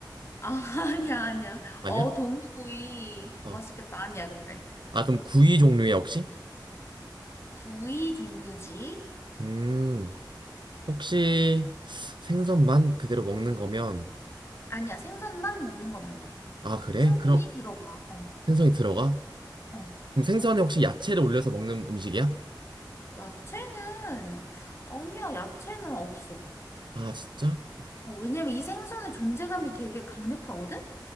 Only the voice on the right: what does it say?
아니야?
어.
아, 그럼 구이 종류야, 혹시?
음, 혹시 생선만 그대로 먹는 거면,
아, 그래?
그럼
생선이 들어가?
그럼 생선에 혹시 야채를 올려서 먹는 음식이야?
아, 진짜?